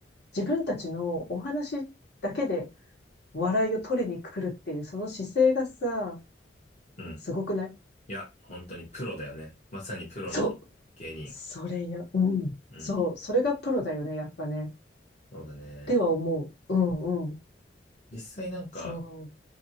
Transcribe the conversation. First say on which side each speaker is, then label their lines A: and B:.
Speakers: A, on the left (about 60°); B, on the left (about 35°).
A: 自分たちのお話だけで笑いを取りに来るっていう、その姿勢がさ、
B: うん。
A: すごくない
B: いや、本当にプロだよね。まさにプロの芸人。
A: そう。それよ。うん。
B: うん。
A: そう。それがプロだよね、やっぱね。っ
B: そうだね。
A: ては思う。うんうん。
B: 実際なんか、
A: そ